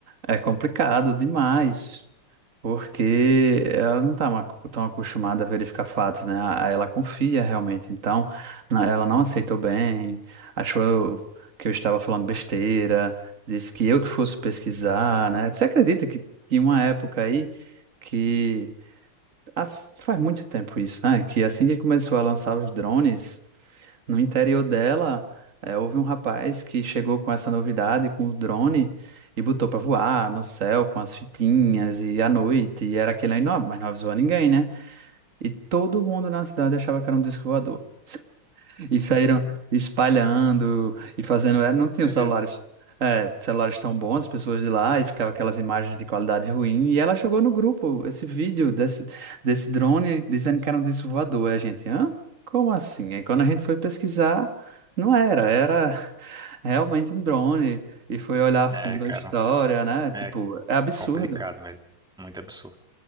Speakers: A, on the right (about 35°); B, in the centre.
A: é complicado demais, porque ela não tá ma- tão acostumada a verificar fatos, né? A- Ela confia realmente. Então na- ela não aceitou bem, achou que eu estava falando besteira, disse que eu que fosse pesquisar, né? Você acredita que, que uma época aí que as- faz muito tempo isso, né? Que assim que começou a lançar os drones, no interior dela, eh, houve um rapaz que chegou com essa novidade, com o drone, e botou para voar no céu com as fitinhas e à noite, e era aquele aí, não, mas não avisou a ninguém, né? E todo mundo na cidade achava que era um disco voador. E saíram espalhando e fazendo. é, Não tinham
B: É
A: celulares,
B: mesmo.
A: é, celulares tão bons, as pessoas de lá, e ficava aquelas imagens de qualidade ruim. E ela jogou no grupo esse vídeo desse, desse drone dizendo que era um disco voador. Aí a gente, hã? Como assim? Aí quando a gente foi pesquisar, não era, era <laughs> realmente um drone. E foi olhar a fundo
B: É, cara,
A: a história, né? Tipo,
B: é
A: é absurdo.
B: complicado mesmo. Muito absurdo.